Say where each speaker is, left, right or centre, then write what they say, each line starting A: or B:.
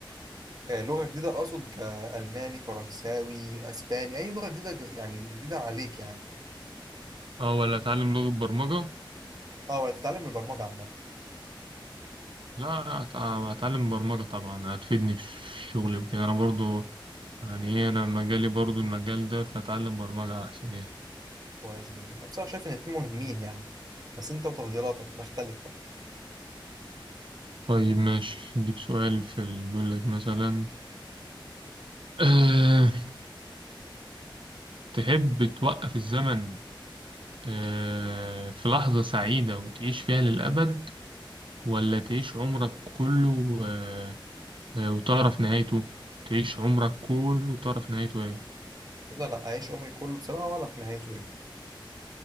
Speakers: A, on the right; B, on the right.
A: آه لغة جديدة أقصد كألماني فرنساوي أسباني أي لغة جديدة ج- يعني جديدة عليك يعني
B: أه ولا أتعلم لغة برمجة؟
A: أه ولا تتعلم البرمجة عامة
B: لا أت- أتعلم برمجة طبعا هتفيدني في شغلي وكده أنا برضو يعني إيه أنا مجالي برضو المجال ده فأتعلم برمجة أحسن يعني
A: كويس جدا أنا بصراحة شايف إن الاتنين مهمين يعني بس أنت وتفضيلاتك بتختلف
B: طيب ماشي أديك سؤال في ال- بيقول لك مثلا أه تحب توقف الزمن أه في لحظة سعيدة وتعيش فيها للأبد ولا تعيش عمرك كله أه آه، وتعرف نهايته؟ تعيش عمرك كله وتعرف نهايته إيه؟
A: لا لا أعيش عمري كله بصراحة وأعرف نهايته إيه